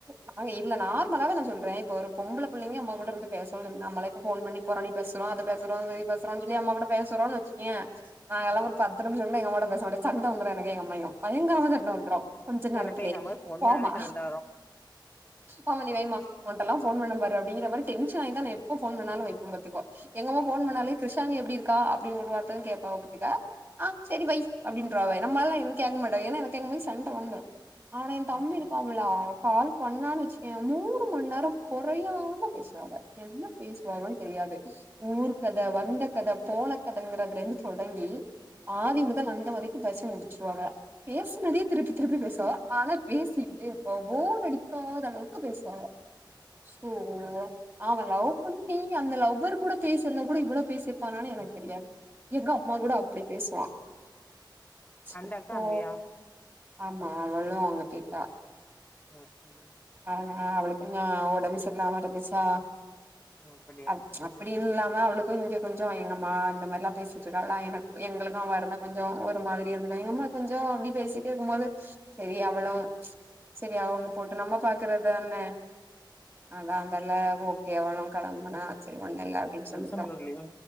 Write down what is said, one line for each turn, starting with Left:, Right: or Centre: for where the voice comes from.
Right: நாங்க இல்ல நார்மலாவே நா சொல்ற இப்ப ஒரு பொம்பள பிள்ளைங்க அம்மா கூட இருந்து பேசவாங்க நம்மளே இப்ப ஃபோன் பண்ணி பொறணி பேசறோ அது பேசறோ இது பேசறோன் சொல்லி அம்மா கூட பேசறோன் வெச்சுக்கயே நாங்கெல்லா
Left: ம்
Right: ஒரு பத்து நிமிஷ கூட எங்கம்மாட்ட பேச மாட்டே சண்ட வந்துரு எனக்கு எங்க அம்மாய்கு பயங்கரமா சண்ட வந்துரு கொஞ்ச நேரத்திலயே
Left: எனக்கு எங்க அம்மாக்கு ஃபோன்
Right: போமா
Left: பண்ணாலே சண்ட வரு
Right: ஆமா நீ வைமா உன்ட்டெல்லா ஃபோன் பண்ண பாரு அப்படிங்கற மாரி டென்சனாயிதா நா எப்ப ஃபோன் பண்ணாலு வைப்பம் பாத்துக்க எங்கம்மா ஃபோன் பண்ணாலே
Left: ம்
Right: க்ருஷாலினி எப்டி இருக்கா அப்டினு ஒரு வார்த்ததா கேப்பாக பாத்துக்க ஆ செரி வைய் அப்படின்றுவாக நம்மாலல்லா எதுவு கேக்க மாட்டாக ஏன்னா எனக்கு எங்கம்மாய்கு சண் ட வந்துரு ஆனா எந் தம்பி
Left: ம்
Right: இருக்காமுல
Left: ம்
Right: கால் பண்ணான்னு வெச்சுக்கயே மூணு மண் நேர கொறையாம பேசுவாக என்ன பேசுவாகனு தெரியாது ஊர் கத வந்த கத போன கதைங்கறதுல இருந்து தொடங்கி ஆதி முதல் அந்த வரைக்கு பேசி முடிச்சுருவாக பேசுனதே திருப்பி திருப்பி பேசுவாக ஆனா பேசிக்கிட்டே இருப்பாக போர் அடிக்காத அளவுக்கு பேசுவாக ஸ்லோவா
Left: ம்
Right: ஆமா லவ் பண்ணி அந்த லவ்வர் கூட பேசருந்தா கூட இவ்வள பேசிருப்பானான்னு எனக்கு தெரியாது எங்க அம்மா கூட அப்படி பேசுவா
Left: அந்த
Right: அப்பா
Left: அக்கா அங்கயா
Right: ஆமா அவளு அங்க பேய்ட்டா
Left: ம் ம்
Right: அதனால அவளுக்கு கொஞ்ச ஒடம்பு சரில்லாமா இருந்துச்சா
Left: அப்படியா
Right: அ அப்டின்னு இல்லாம அவளுக்கு இங்க கொஞ்ச எங்கம்மா இந்த மாரிலா பேசிட்ருக்காகலா எனக்கு எங்களுக்கு அவ இருந்தா கொஞ்ச ஒரு மாதிரி இருந்துக்கு எங்கம்மா கொஞ்ச அப்டி பேசிட்டே இருக்கும்போது செரி அவளு செரி அவ அங்க போட்டு நம்ம பாக்கறது தான அதா அதல்ல ஓகே அவளு களம்புனா சரி ஒன்னு இல்ல அப்டின்னு
Left: டியூசனுக்கு
Right: சொல்லிட்டோ
Left: வரலையா